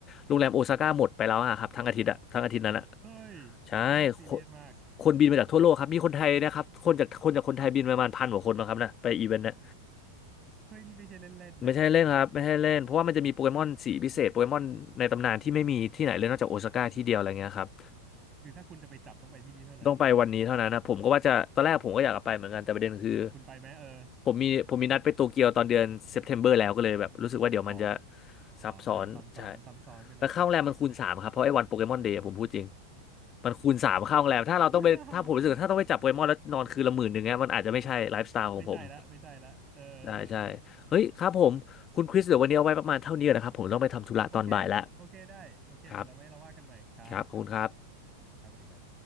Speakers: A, on the left (about 25°); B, on the right (about 25°).
A: โรงแรมโอซาก้าหมดไปแล้วอะครับทั้งอาทิตย์อะทั้งอาทิตย์นั้นอะ
B: เฮ้ย
A: ใช่คน
B: มึงซีเรียสมาก
A: คนบินมาจากทั่วโลกครับมีคนไทยนะครับคนจากคนจากคนไทยบินประมาณพันกว่าคนมาครับนะไปอีเวนต์นะ
B: เฮ้ยนี่ไม่ใช่เล่นๆนะ
A: ไม่ใช่เล่นครับไม่ใช่เล่นเพราะว่ามันจะมีโปเกมอนสีพิเศษโปเกมอนในตำนานที่ไม่มีที่ไหนเลยนอกจากโอซาก้าที่เดียวอะไรเงี้ยครับ
B: <laughs> คือถ้าคุณจะไปจับต้องไปที่นี่เท่านั้นอย่างเงี้ย
A: ต้องไปวันนี้เท่านั้นนะผมก็ว่าจะตอนแรกผมก็อยากจะไปเหมือนกันแต่ประเด็นคือ
B: คุณไปไหมเออ
A: ผมมีผมมีนัดไปโตเกียวตอนเดือนเซปเทมเบอร์แล้วก็เลยแบบรู้สึกว่าเดี๋ยวมันจะ
B: อ๋อ
A: ซับซ้อนใช่
B: อ่าซ้ำซ้อนซ้ำซ้อนไปหน่อย
A: แล้วค่าโรงแรมมันคูณสามครับเพราะไอ้วันโปเกมอนเดย์ผมพูดจริงมันคูณสามค่าโรงแรมถ้าเราต้องไปถ้าผมรู้สึกว่าถ้าต้องไปจับโปเกมอนแล้วนอนคืนละหมื่นหนึ่งเนี้ยมันอาจจะไม่ใช่ไลฟ์สไตล์ของผม
B: <laughs> ไม่ใช่ละไม่ใช่ละเออเออ
A: ใช่ใช่เฮ้ยครับผมคุณคริสเดี๋ยววันนี้เอาไว้ประมาณเท่านี้นะครับผมต้องไปทำธุระตอนบ่ายแล้ว
B: โอเคโอเคได้โอเคเดี๋ยวเราไว้เราว่ากันใหม่ครับครับ
A: ครับครับขอบคุณครับ
B: ครับสวัสดีครับ